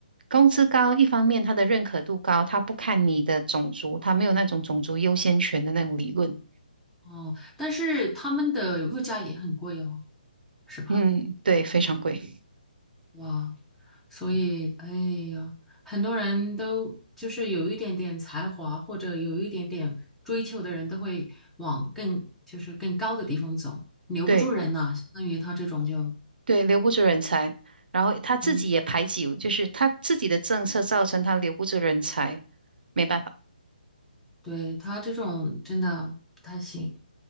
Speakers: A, on the right; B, in the centre.
A: 工资高，一方面他的认可度高，他不看你的种族，他没有那种种族优先权的那种理论。
B: 哦，但是他们的物价也很贵哦，是吧？
A: 嗯，对，非常贵，
B: 哇，所以，哎呀，很多人都就是有一点点才华或者有一点点追求的人，都会往更就是更高的地方走，留不住人呐、
A: 对
B: 相当于他这种就，
A: 对，留不住人才，然后他自己也排挤，
B: 嗯
A: 就是他自己的政策造成他留不住人才，没办法。
B: 对，他这种真的不太行。